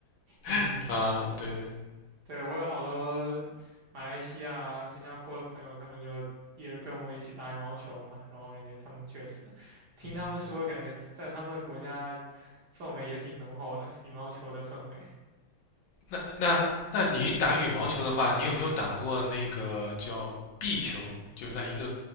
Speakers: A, on the right; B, on the left.
A: <laughs> 嗯哼。
B: <laughs> 啊！对对，
A: 对，我有好多马来西亚、新加坡的朋友，他们就也跟我一起打羽毛球嘛，然后感觉他们确实，听他们说，
B: 嗯，
A: 感觉在他们的国家氛围也挺浓厚的，羽毛球的氛围
B: 那那那你打羽毛球的话，你有没有打过那个叫壁球？就是在一个